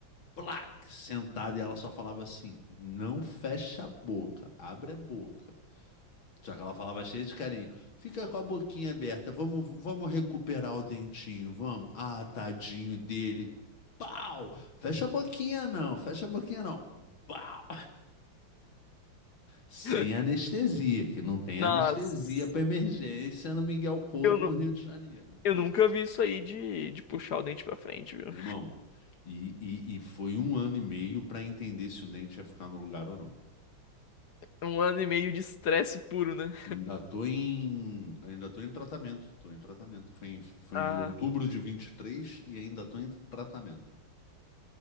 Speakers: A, on the left (about 80°); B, on the left (about 60°).
A: plaque, sentada e ela só falava assim: "Não fecha a boca, abre a boca". Só que ela falava cheia de carinho. Fica com a boquinha aberta. Vamos, vamos recuperar o dentinho, vamos. Ah, tadinho dele. Pau! Fecha a boquinha não, fecha a boquinha não. Pau! Sem
B: <laughs>
A: anestesia, que não tem
B: Nossa!
A: anestesia para emergência no Miguel Couto,
B: Eu, nu-
A: no Rio de Janeiro.
B: eu nunca vi isso aí de, de puxar o dente pra frente, viu?
A: Meu irmão, e, e, e foi um ano e meio para entender se o dente ia ficar no lugar ou não.
B: É Um ano e meio de estresse puro, né?
A: Ainda tô em, ainda tô em tratamento, tô em tratamento. Foi em, foi
B: Ah,
A: em outubro de vinte e três e ainda tô em tratamento.